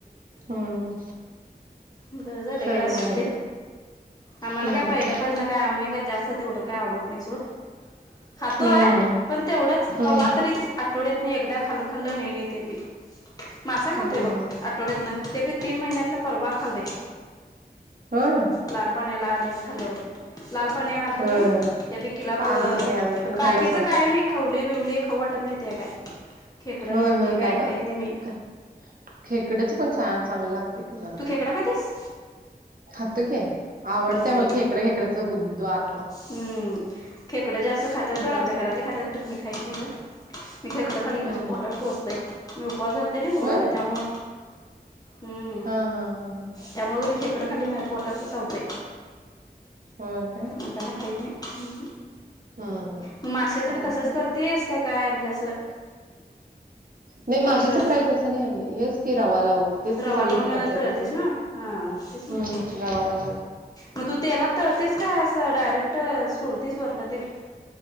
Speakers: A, on the right; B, on the left.
A: हम्म
B: बरं झालं
A: सवय
B: गे असून दे
A: मग.
B: आम्हाला
A: हम्म
B: काय पाहिल्या पास ना काय आम्ही का जास्त तेवढं काय आवड नाही सोड खातो
A: हम्म
B: आहे पण तेवढंच
A: हम्म
B: कवा तरीच आठवड्यात नाही एकदा खाल खाल्लं नाही नाही तेपी मासा खातोय
A: हम्म
B: बघ आठवड्यात ना तेपी तीन महिन्यात ना परवा खाल्ले
A: होय.
B: लाल पाण्याला आल्यावर खाल्ल्यावर लाल पाणी घालत
A: होय
B: की नाही
A: होय
B: त्यापैकीला प
A: आलतो की आम्ही पण
B: बाकीच
A: खाल्लं सोडा
B: काय नाही खाऊले बिवले खाऊ वाटतं नाही ते काय खेकडं
A: होय
B: तेन
A: होय
B: ते
A: काय का
B: खाहीत नाही मी
A: खेकडच पण चांगलं लागते की नंतर
B: तू खेकडा खातेस
A: खातो कि
B: हम्म
A: आवडतंय मला खेकड्या खेकड्याच बुद्दू आतलं
B: हम्म खेकड जास्त खातात
A: हम्म
B: सोडं आमच्या घरातले खातात मी खात नाही बाई मी खेकडं खाली
A: हम्म
B: पोटात टोचतर मी उपवास धरते ना गुरुवारी
A: होय
B: त्यामुळं हम्म
A: हा हा हा हा
B: त्यामुळे खेकडं खाली ना पोटात चावतय
A: होय काय
B: म्हणून खात नाही
A: हम्म
B: मग माश्याचं
A: चालते
B: बी तसंच करतेस का काय म्हणजे असं
A: नाही माशाच
B: असं
A: फ्राय असं नाही आम्ही हेच की रवा लावून तेच की
B: रवा
A: सगळी
B: लावून
A: इथं करतात
B: तळतीस
A: तसंच
B: ना हा तेच म्हणाले
A: हम्म रवा लावून
B: मग तू तेलात तरळतीस काय असं डायरेक्ट सोडतेस वरण तेल